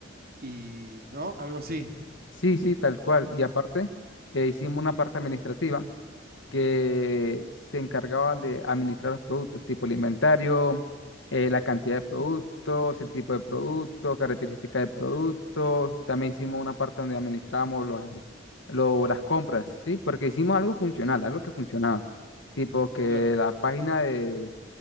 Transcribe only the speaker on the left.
Sí, sí, tal cual. Y aparte, eh, hicimos una parte administrativa que se encargaban de administrar los productos, tipo el inventario, eh, la cantidad de productos, el tipo de productos, características de productos. También hicimos una parte donde administrábamos los, lo- las compras, ¿sí? Porque hicimos algo funcional, algo que funcionaba. Tipo que
la página de,